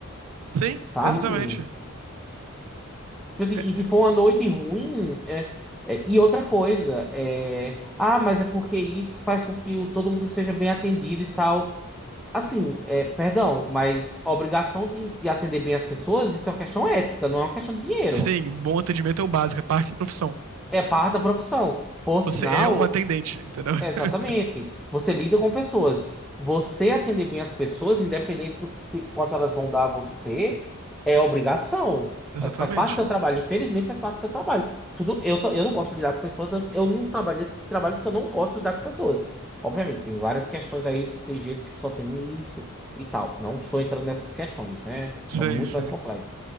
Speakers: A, on the right; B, in the centre.
A: Sim,
B: sabe?
A: exatamente.
B: Tipo assim,
A: É,
B: e se for uma noite ruim, é- é- e outra coisa, é, ah, mas é porque isso faz com que o- todo mundo seja bem atendido e tal. Assim, é, perdão, mas a obrigação de, de atender bem as pessoas, isso é uma questão ética, não é uma questão de dinheiro.
A: sim, um bom atendimento é o básico, é parte da profissão.
B: É parte da profissão. Por sinal,
A: Você é um atendente, entendeu? <laughs>
B: Exatamente. Você lida com pessoas. Você atender bem as pessoas, independente do que quanto elas vão dar a você, é obrigação.
A: Exatamente.
B: Faz parte do seu trabalho. Infelizmente, faz parte do seu trabalho. Tudo, eu, to- eu não gosto de lidar com pessoas. Eu, eu não trabalho nesse tipo de trabalho porque eu não gosto de lidar com pessoas. Obviamente, tem várias questões aí que tem gente que só tem isso e tal. Não estou entrando nessas questões, né?
A: Sim,
B: São muito
A: sim.
B: mais complexas.